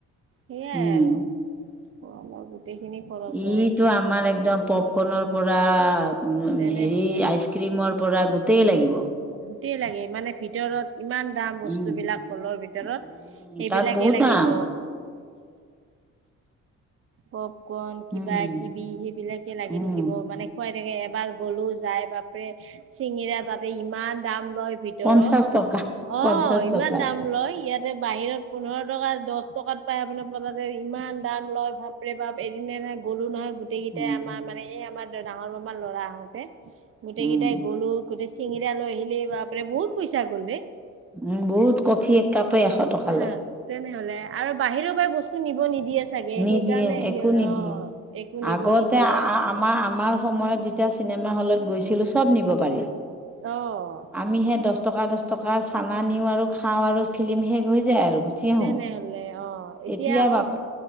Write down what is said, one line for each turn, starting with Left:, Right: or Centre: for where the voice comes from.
Right: সেইয়াই
Centre: উম
Right: আৰু আমাৰ গোটেইখিনি। খৰচ
Centre: ইটো
Right: হয়।
Centre: আমাৰ একদম পপকৰ্নৰ পৰা উ
Right: তেনেহ'লে
Centre: হেৰি আইচক্ৰীমৰ। পৰা গোটেই লাগিব।
Right: গোটই লাগে মানে ভিতৰত ইমান। দাম বস্তুবিলাক
Centre: উম
Right: হলৰ ভিতৰত
Centre: উম
Right: সেইবিলাকে
Centre: তাত বহুত
Right: লাগিব।
Centre: দাম
Right: পুক্ৰণ কিবা
Centre: উম
Right: কিবি সেইবিলাকে লাগি
Centre: উম
Right: থাকিব মানে। খুৱাই থাকে এবাৰ গ'লো যাই বাপৰে চিঙিৰা তাতে ইমান দাম লয়। ভিতৰত
Centre: পঞ্চাশ টকা
Right: অ',
Centre: পঞ্চাশ
Right: ইমান
Centre: টকা
Right: দাম লয় ইয়াতে বাহিৰত। পোন্ধৰ টকা, দহ টকাত পাই আপোনাৰ পতাতে ইমান দাম লয় বাপৰে বাপ এদিনে নাই গ'লো নহয়। গোটেই কেইটাই
Centre: উম
Right: আমাৰ মানে এই আমাৰ ডাঙৰ মামাৰ ল'ৰা আহোতে গোটেই
Centre: উম
Right: কেইটাই। গ'লো গোটেই চিঙিৰা লৈ আহিলি বাপৰে বহুত পইচা গ'ল ৰে।
Centre: উম, বহুত কফি এক কাপে এশ টকা
Right: হা
Centre: লয়।
Right: তেনেহলে আৰু বাহিৰৰ পৰা বস্তু নিব নিদিয়ে যে। চাগে
Centre: নিদিয়ে
Right: সেইকাৰণে সিহঁত
Centre: একো নিদিয়ে।
Right: অ', একো
Centre: আগতে
Right: নিব নিদিয়ে।
Centre: আমাৰ, আমাৰ সময়ত যেতিয়া চিনেমা হলত গৈছিলোঁ চব নিব পাৰি।
Right: অ'।
Centre: আমি সেই দহ টকা, দহ টকাৰ চানা নিওঁ আৰু খাওঁ আৰু। ফিলিম শেষ হৈ যায় আৰু গুচি আহোঁ
Right: তেনেহলে অ',
Centre: এতিয়া
Right: আকৌ
Centre: বাপ।